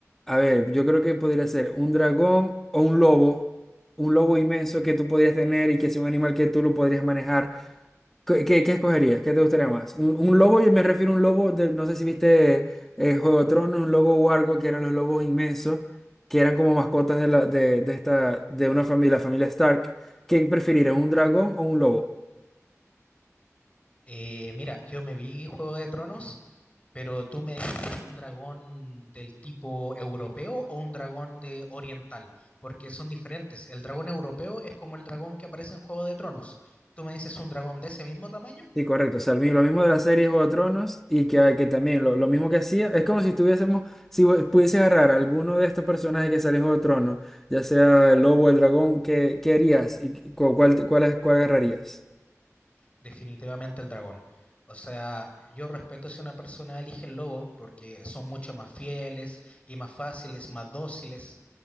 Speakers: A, in the centre; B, on the left.
A: a ver, yo creo que podría ser un dragón o un lobo, un lobo inmenso que tú podrías tener y que es un animal que tú lo podrías manejar ¿Qué, qué- qué escogerías? ¿Qué te gustaría más? Un, un lobo, yo me refiero a un lobo, de- no sé si viste eh, Juego de Tronos, un lobo huargo, que eran los lobos inmensos, que eran como mascotas de, la, de, de esta, de una familia, la familia Stark. ¿Qué preferirías, un dragón o un lobo?
B: Eh, mira, yo me vi Juego de Tronos, pero tú me dijiste un dragón del tipo europeo o un dragón de oriental, porque son diferentes. El dragón europeo es como el dragón que aparece en Juego de Tronos. Tú me dices un dragón de ese mismo tamaño,
A: Sí, correcto. O sea, el mi- lo mismo de la serie Juego de Tronos y que, que también lo, lo mismo que hacía, es como si estuviésemos, si vo- pudieses agarrar a alguno de estos personajes que salen en Juego de Tronos, ya sea el lobo o el dragón, ¿qué, qué harías y cu- cuál, cuál, cuál agarrarías?
B: definitivamente el dragón. O sea, yo respeto si una persona elige el lobo, porque son mucho más fieles y más fáciles, más dóciles.